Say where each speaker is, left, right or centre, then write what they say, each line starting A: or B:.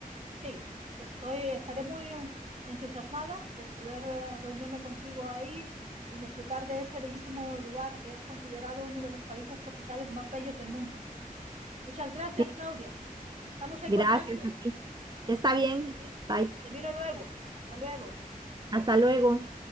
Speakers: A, on the right (about 45°); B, on the right (about 30°).
A: Sí, estoy, estaré muy entusiasmada de poder eh, reunirme contigo ahí y disfrutar de ese bellísimo lugar que es considerado uno de los países tropicales más bellos del mundo. Muchas gracias,
B: Sí,
A: Claudia. Estamos en
B: gracias
A: contacto.
B: a ti. Está bien.
A: Te, mi-
B: Bye.
A: te miro luego. Hasta luego.
B: Hasta luego.